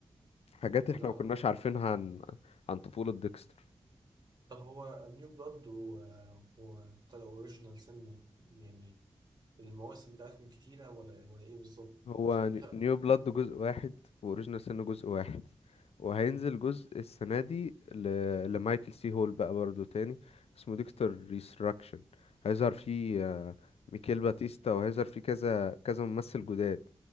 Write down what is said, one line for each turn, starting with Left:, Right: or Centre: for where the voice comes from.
Left: حاجات احنا
Right: لا
Left: مكناش
Right: أنا-
Left: عارفينها عن عن طفولة ديكستر
Right: طب هو نيو بلاد و وابتدى أوريجينال سن يعني المواسم بتاعتهم كتيرة ولا ولا إيه بالظبط
Left: هو
Right: عشان
Left: ن-
Right: <laughs>
Left: نيو بلاد جزء واحد وأوريجينال سن جزء واحد وهينزل جزء السنة دي ل... لمايكل سي هول بقى برضه تاني اسمه ديكستر ريستراكشن هيظهر فيه آه، ميكيل باتيستا وهيظهر فيه كذا كذا ممثل جداد